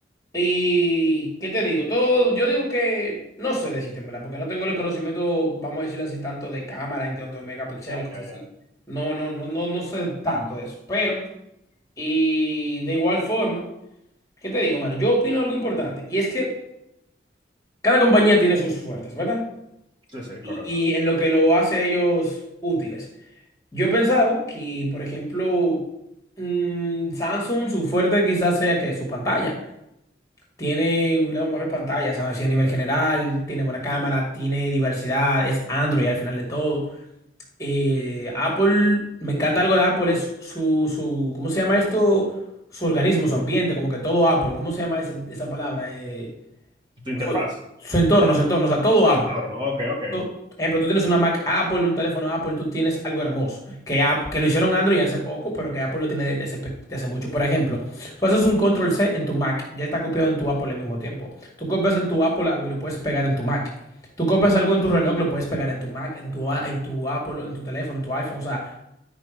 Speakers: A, on the left; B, on the right.
A: Y, ¿qué te digo? Todo, yo digo que no sé decirte, en verdad, porque no tengo el conocimiento, vamos a decirlo así, tanto de cámara, en tanto de megapíxeles
B: Ya,
A: y cosas
B: ya, ya.
A: así. No, no, no, no, no sé tanto de eso. Pero, y de igual forma, ¿qué te digo, mano? Yo opino algo importante, y es que cada compañía tiene sus fuertes, ¿verdad?
B: Sí, sí,
A: y,
B: correcto.
A: y en lo que lo hace a ellos útiles. Yo he pensado que, por ejemplo, mm, Samsung, su fuerte quizás sea que su pantalla. Tiene una mejor pantalla, ¿sabes? Sí, a nivel general, tiene buena cámara, tiene diversidad, es Android al final de todo. Eh, Apple, me encanta algo de Apple, es su, su, ¿cómo se llama esto? Su organismo, su ambiente, como que todo Apple, ¿cómo se llama ese- esa palabra? Eh,
B: Tu interfaz,
A: su, su entorno, su entorno, o sea, todo
B: tu
A: Apple.
B: entorno. Ok, ok.
A: Por ejemplo, tú tienes una Mac Apple, un teléfono Apple, tú tienes algo hermoso, que, App- que lo hicieron Android hace poco, pero que Apple lo tiene desde hace, pe- desde hace mucho. Por ejemplo, tú haces un Control C en tu Mac, ya está copiado en tu Apple al mismo tiempo. Tú copias en tu Apple algo y lo puedes pegar en tu Mac. Tú copias algo en tu reloj, lo puedes pegar en tu Mac, en tu, a- en tu Apple, en tu teléfono, en tu iPhone. O sea,